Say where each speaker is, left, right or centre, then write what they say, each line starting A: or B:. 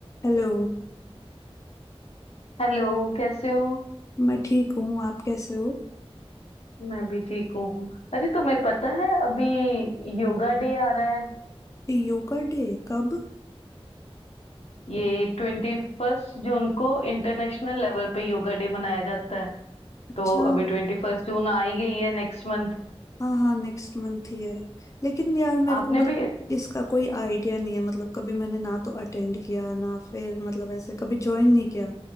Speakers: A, on the left; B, on the left.
A: Hello
B: Hello कैसे हो
A: मैं ठीक हूँ आप कैसे हो
B: मैं भी ठीक हूँ अरे तुम्हें पता है अभी योगा डे आ रहा है
A: Yoga day कब
B: ये ट्वेंटी फर्स्ट जून को इंटरनेशनल लेवल पे योगा डे मनाया जाता है
A: अच्छा
B: तो अभी ट्वेंटी फर्स्ट जून आ ही गई है नेक्स्ट मंथ
A: हाँ हाँ नेक्स्ट मंथ ही है लेकिन यार मेरे
B: आपने
A: को मतलब
B: भी
A: इसका कोई आइडिया नहीं है मतलब कभी मैंने ना तो अटेंड किया ना फिर मतलब ऐसे कभी ज्वाइन नहीं किया